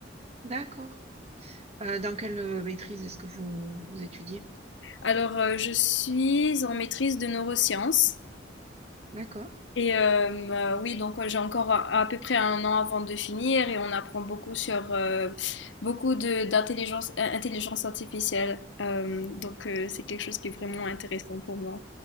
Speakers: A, on the right; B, on the left.
A: d'accord. Heu, dans quelle, heu, maîtrise est-ce que vous vous étudiez?
B: Alors, euh, je suis en maîtrise de neurosciences.
A: D'accord.
B: Et euh, euh, oui, donc euh, j'ai encore à, à peu près un an avant de finir et on apprend beaucoup sur euh, beaucoup de d'intelligence euh, intelligence artificielle. Euh, donc, euh, c'est quelque chose qui est vraiment intéressant pour moi.